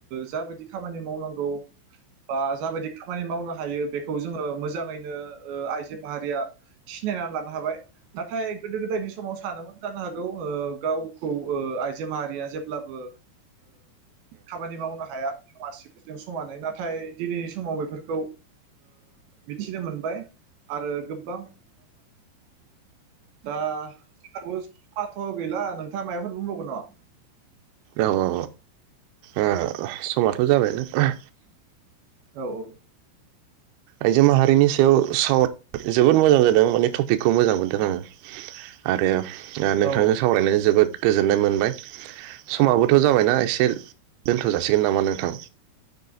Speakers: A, on the right; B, on the right.
A: जाबायदि खामानि मावनांगौ बा जाबायदि खामानि मावनो हायो बे खौ जोङो मोजाङैनो आइजो माहारिया सिनायनानै लानो हाबाय नाथाय गोदो गोदायनि समाव सानोमोन जानो हागौ गावखौ आइजो माहारिया जेब्लाबो खामानि मावनो हाया हौवा मानसिफोरजों समानै नाथाय दिनैनि समाव बेफोरखौ मिथिनो मोनबाय आरो गोबां <inaudible> दा फाथ' गैला नोंथाङा माइफोर बुंबावगोन नामा
B: औ औ औ समाथ' जाबायानो
A: औ औ
B: आइजो माहारिनि सायाव सावराय जोबोद मोजां जादों माने टपिकखौ मोजां मोनदों आङो आरो नोंथांजों
A: औ
B: सावरायनाय जोबोद गोजोननाय मोनबाय समाबो थ' जाबायना एसे
A: औ
B: दोन्थ' जासिगोन नामा नोंथां